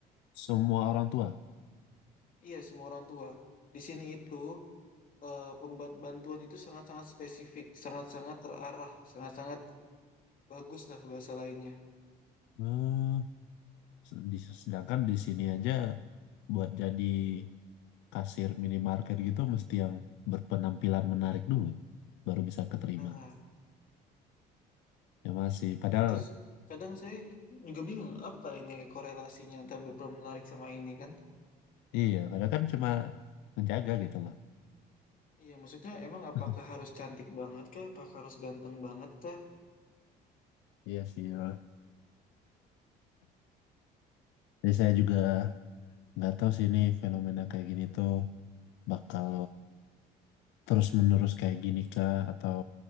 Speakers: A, on the left (about 80°); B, on the left (about 50°).
A: Semua orang tua.
B: Iya, semua orang tua. Di sini itu eh, pemban- bantuan itu sangat-sangat spesifik, sangat-sangat terarah, sangat-sangat bagus lah bahasa lainnya.
A: Hmm, se- di- sedangkan di sini aja buat jadi kasir minimarket gitu mesti yang berpenampilan menarik dulu baru bisa keterima
B: Nah,
A: ya masih padahal
B: itu s- kadang saya juga bingung apa ini korelasinya antara berperan menarik sama ini kan
A: iya padahal kan cuma menjaga gitu loh
B: Iya, maksudnya emang apakah
A: <laughs>
B: harus cantik banget kah? Apakah harus ganteng banget kah?
A: Iya sih. ya. Jadi saya juga nggak tahu sih ini fenomena kayak gini tuh bakal terus menerus kayak gini kah atau